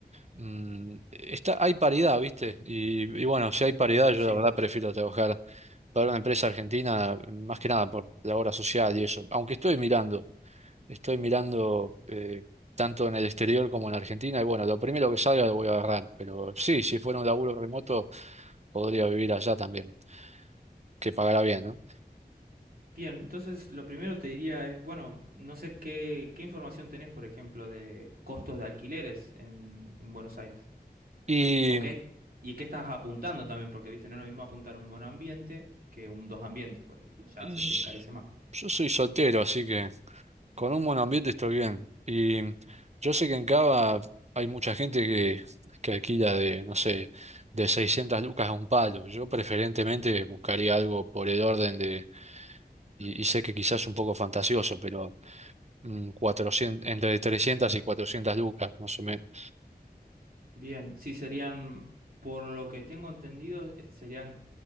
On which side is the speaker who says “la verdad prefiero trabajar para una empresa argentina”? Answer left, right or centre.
Right